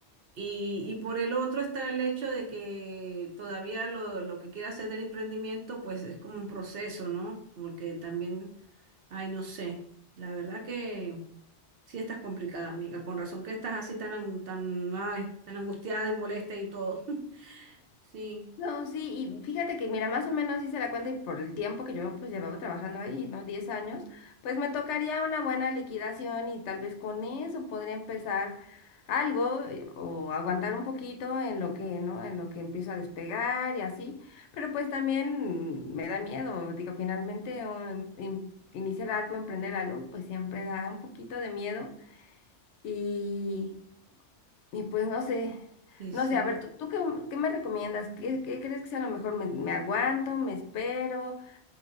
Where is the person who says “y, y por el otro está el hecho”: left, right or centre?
Right